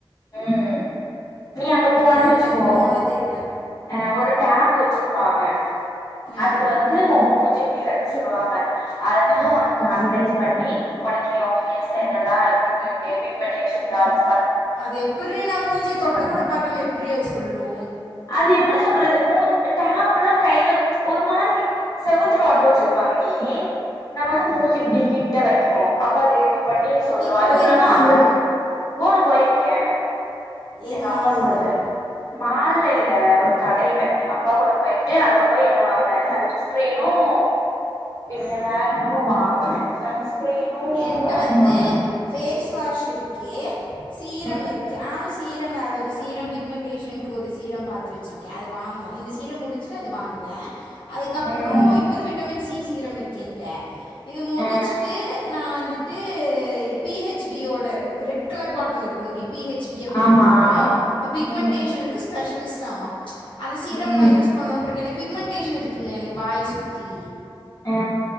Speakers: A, on the left (about 40°); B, on the left (about 75°).
A: ம் நீ அங்க போனனு
B: வரைக்கு
A: வச்சிகோ
B: போனதே அது இல்ல
A: ஆ ஒரு டேப் வச்சிருப்பாங்க அதுல
B: ஆ
A: வந்து ந்து மூஞ்சு இப்டி வைக்க சொல்லுவாங்க அது வந்து
B: ஆ
A: உனக்கு அனலைஸ் பண்ணி உனக்கு ஏ உன் ஃபேஸ்ல என்னல்லா இது இருக்கு பிக்மென்டேஷன் டார்
B: அது எப்டிரி நா மூஞ்சி தொட்டு
A: பண்ணு
B: கூட பாக்காம எப்டிரி அது சொல்லு
A: அது எப்படி சொல்றது மூ டேப்னா கையில ஒரு மாதிரி செவ்வத்துல ஓட்ட வச்சிருப்பாங்கடி நம்ம வந்து
B: ஆ
A: மூஞ்சு இப்படி கிட்ட வெக்கணு அப்ப அது இது பண்ணி சொல்லு
B: நீ
A: அது
B: போயிருக்கியா
A: மூலமா அங்க இருக்கு ஊனு போயிருக்கே
B: எங்க
A: எங்கப்பா
B: மால்லயா
A: கூட போயிருக்கு மால்ல இல்ல ஒரு கடைல எங்க அப்பா கூட போயிட்டு அங்க போய் என்ன வாங்குனே சன்ஸ் ஸ்கரீனும் பின்ன
B: ஆ
A: வேற என்னமோ வாங்குன சன்ஸ் ஸ்கிரீனு
B: என்கிட்ட
A: வேற
B: வந்து
A: என்ன வாங்குன
B: ஃபேஸ் வாஷ் இருக்கே சீரம்
A: ம்
B: இருக் ஸ்கெல் சீரம் வேற ஒரு சீரம் பிக்மெண்டேஷனுக்கு ஒரு சீரம் பாத்து வெச்சிருக்கே அது வாங்கணு இந்த சீரம் முடிஞ்சு இது வாங்குவே அதுக்கப்றோ
A: ம்
B: இப்போ வந்து விட்டமின் சி சீரம் இருக்கு என்ட இது முடிச்சுட்டு
A: ஆ
B: நா வந்துட்டு பி ஹெச் பியோட ரெட் கலர் பாட்டில் இருக்கு டி பி ஹெச் பி அப்டின்னு
A: ஆமா
B: போட்டு பிக்மெண்டேஷனுக்கு
A: ம்
B: ஸ்பெஷலிஸ்ட் ஆமா அந்த சீரம்
A: ம்
B: நா யூஸ் பண்ணும்டு இருக்கே எனக்கு பிக்மெண்டடேஷன் இருக்குல்ல எனக்கு வாய சுத்தி
A: ஆ